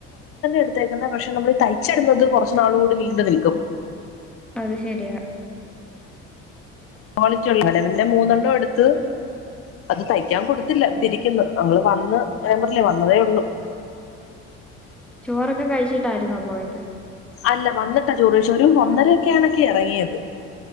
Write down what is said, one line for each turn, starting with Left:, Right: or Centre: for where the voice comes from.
Left: എട്ത്തേക്കന്നേ പശെ നമ്മള് തയ്യിച്ചീട്ന്നത് കൊറച്ച് നാളുടെ നിണ്ട് നിൽക്കും
Centre: അത് ശെരിയാ
Left: കോളിറ്റിയെള്ളാ മൂന്നെണ്ണം എട്ത്ത് അത് തയ്യക്കാൻ കൊട്ത്തില്ലാ ഇവടെ ഇരിക്ക്ന്ന് അവള് വന്ന് ഞാൻ പറഞ്ഞില്ലോ വന്നോതെ ഒള്ളു
Centre: ചോറക്കെ കഴിച്ചിട്ടാര്ന്നോ പോയത്
Left: അല്ലാ വന്നിട്ടാ ചോറ് കഴിച്ചാ ഒര് ഒന്നാരെക്കേക്ക്യാ എറെങ്ങിത്